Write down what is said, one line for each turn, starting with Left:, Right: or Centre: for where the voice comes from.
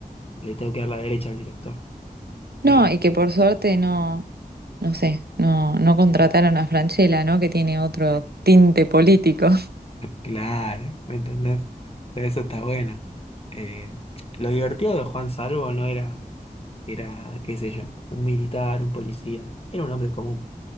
Left: le tengo que dar la derecha al director.
Right: No,
Left: Eh,
Right: y que por suerte no, no sé, no, no contrataron a Francella, ¿no? Que tiene otro tinte político.
Left: claro, ¿me entendés? De eso está bueno. Eh, lo divertido de Juan Salvo no era, era, qué sé yo, un militar, un policía, era un hombre común.